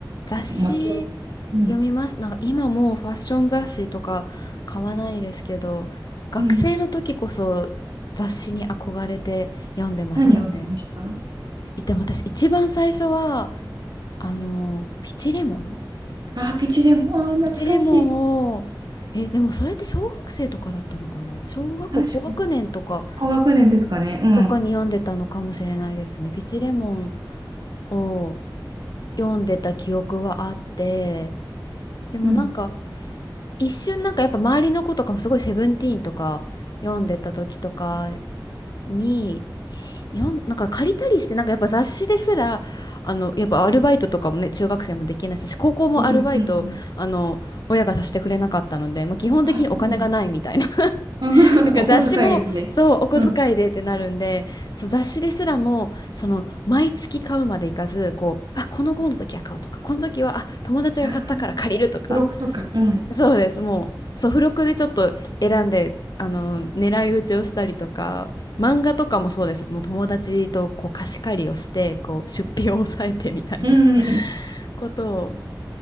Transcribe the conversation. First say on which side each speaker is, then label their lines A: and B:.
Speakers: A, on the left; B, on the right.
A: 雑誌
B: もちろん。うん。
A: 読みます。なんか今もうファッション雑誌とか買わないですけど、学生の時こそ雑誌に憧れて読んでましたね。
B: うん。何読んでました
A: でも私一番最初はあのピチレモン
B: あ、ピチレモン。あー、懐かしい。
A: ピチレモンをえでもそれって小学生とかだったのかな小学校高学年とか
B: 確かに。高学年ですかね。うん。
A: とかに読んでたのかもしれないですねピチレモンを読んでた記憶はあってでもなんか
B: うん。
A: 一瞬なんかやっぱ周りの子とかもすごい「セブンティーン」とか読んでた時とかによん、なんか借りたりして、なんかやっぱ雑誌ですら、あの、やっぱアルバイトとかもね、中学生もできないし、高校もアルバイト、
B: ピチレモン。うん。
A: あの、親がさせてくれなかったので、まあ、基本的にお金がないみたいな。
B: あー、そうなの。<laughs>
A: <laughs> だから雑誌も、
B: お小遣いまで。
A: そう、お小遣いでってなるんで、
B: うん。
A: そう、雑誌ですらも、その、毎月買うまでいかず、こう、あ、この号の時は買うとか、この時は、あ、友達が買ったから借りるとか、
B: ああ、ブロックとか。うん。
A: そうです。もう、そう、付録でちょっと選んで、あの、狙い撃ちをしたりとか、漫画とかもそうでした。もう友達とこう貸し借りをして、こう出費を抑えてみたいな
B: うんうんうん。
A: <laughs> ことを